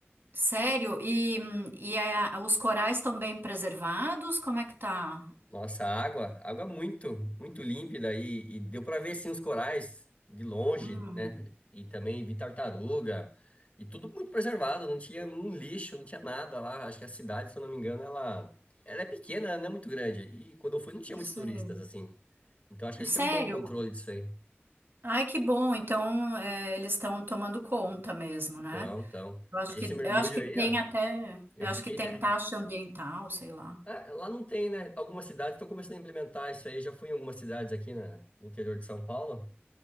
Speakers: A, on the right; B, on the left.
A: Sério? E, e é- os corais estão bem preservados? Como é que tá?
B: Nossa, a água, água é muito, muito límpida e, e deu para ver sim os corais de longe,
A: Hum,
B: né? E também vi tartaruga e tudo muito preservado, não tinha um lixo, não tinha nada lá. Acho que a cidade, se eu não me engano, ela, ela é pequena, ela não é muito grande. E quando eu fui, não tinha
A: não
B: muitos
A: sei.
B: turistas assim. Então acho que eles
A: Sério?
B: têm um bom controle disso aí.
A: Ai, que bom. Então, é, eles estão tomando conta mesmo, né?
B: Então, então.
A: Eu acho
B: E
A: que,
B: esse mergulho
A: eu acho que
B: aí,
A: tem
B: ó,
A: até,
B: eu
A: eu
B: fiquei
A: acho que tem
B: até.
A: taxa ambiental, sei lá.
B: Ah, lá não tem, né? Algumas cidades estão começando a implementar isso aí. Eu já fui em algumas cidades aqui na, no interior de São Paulo